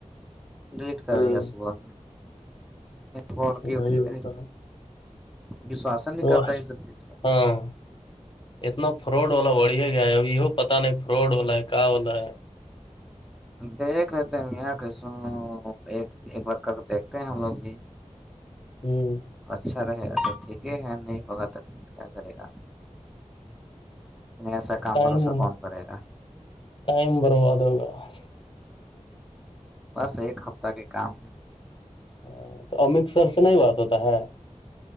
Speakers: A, in the centre; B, on the left (about 45°).
A: ڈیلیٹ کر
B: ہوں
A: رہیا صبح بول کے اٹھی
B: وہی
A: ہوئے
B: ہوتا ہے
A: وشواسن نہیں
B: واہ
A: کرتا اس سی
B: ہاں اتنا فراڈ والا بڑھیا گیا ہے اب یہ پتا نہیں فراڈ والا ہے کہ والا ہے
A: دیکھ لیتے ہیں میاں کیسوں ایک ایک بار کر کے دیکھتے ہیں ہم لوگ بھی
B: ہوں
A: اب اچھا رہے گا تو ٹھیک ہے نہیں ہوگا تو پھر کیا کرے گا یں ایسا کام
B: ٹائم
A: بھروسہ کون کرے گا
B: ٹائم برباد ہوگا
A: بس ایک ہفتہ کے کام ہ
B: ہ تو امت سر سے نہیں بات ہوتا ہے